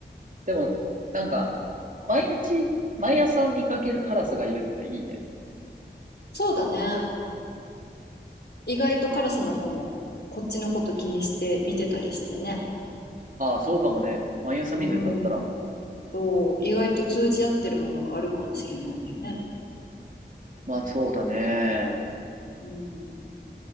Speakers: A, on the right; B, on the left.
A: でも、なんか、毎日、毎朝見かけるカラスがいるっていいね。
B: そうだね。意外とカラスの方もこっちのこと気にして見てたりしてね。
A: ああ、そうかもね。毎朝見るってなったら。
B: うん。そう、意外と通じ合ってるものがあるかもしれないよね。
A: まあ、そうだね。
B: うん。